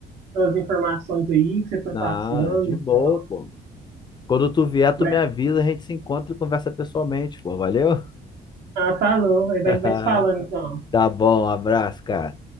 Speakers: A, on the right; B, on the left.
A: pelas informações aí que você foi
B: Não,
A: passando
B: de
A: e
B: boa,
A: tal.
B: pô. Quando tu vier, tu
A: Mas,
B: me avisa, a gente se encontra e conversa pessoalmente, pô. Valeu?
A: ah, falou, aí a
B: <laughs>
A: gente vai se falando então.
B: Tá bom, um abraço, cara.